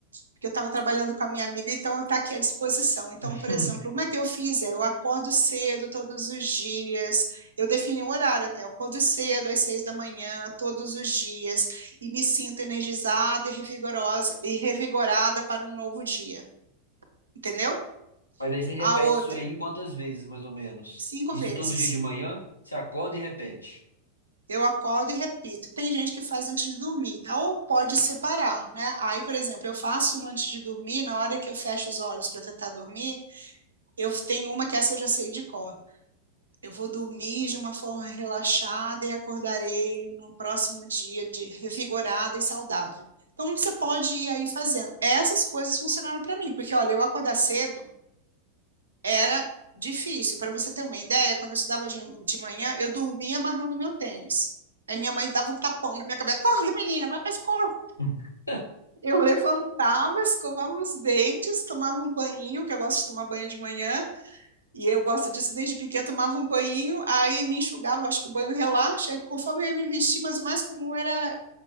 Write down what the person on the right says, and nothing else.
Porque eu estava trabalhando com a minha amiga, então está aqui à disposição. Então,
por exemplo, uma que eu fiz é: eu acordo cedo todos os dias, eu defini o horário até, eu acordo cedo às seis da manhã, todos os dias, e me sinto energizada e revigorosa, e revigorada para um novo dia entendeu?
A outra,
cinco
vezes.
Eu acordo e repito. Tem gente que faz antes de dormir, tá? Ou pode separar, né? Aí, por exemplo, eu faço uma antes de dormir, na hora que eu fecho os olhos para tentar dormir, eu tenho uma que essa eu já sei de cor. Eu vou dormir de uma forma relaxada e acordarei no próximo dia de revigorada e saudável. Então, você pode ir aí fazendo. Essas coisas funcionaram para mim, porque olha, eu acordar cedo Era difícil. Para você ter uma ideia, quando eu estudava de, de manhã, eu dormia amarrando meu tênis. Aí minha mãe dava um tapão na minha cabeça, acorda, menina, vai para a escola.
Eu levantava, escovava os dentes, tomava um banhinho, que eu gosto de tomar banho de manhã, e eu gosto disso desde pequena, tomava um banho, aí me enxugava, acho que o banho relaxa, aí conforme eu ia me vestir, mas o mais comum era